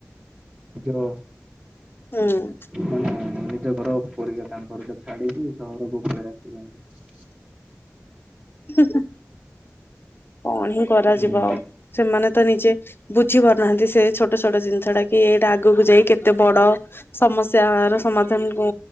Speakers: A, on the right (about 25°); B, on the left (about 45°).
A: <unintelligible>
B: <inaudible>
A: ମାନେ ନିଜ ଘର <unintelligible> ତାଙ୍କର ତ ଛାଡିକି ସହରକୁ ପଳେଇ ଆସିନ୍ତି।
B: ହଁ। କଣ ହିଁ କରାଯିବ
A: ହୁଁ।
B: ଆଉ ସେମାନେ ତ ନିଜେ। ବୁଝି ପାରୁନାହାନ୍ତି ସେ ଛୋଟ ଛୋଟ ଜିନିଷ ଟା କି ଏଇଟା ଆଗକୁ ଯାଇ କେତେ ବଡ ସମ ତହାର ସମାଧାନକୁ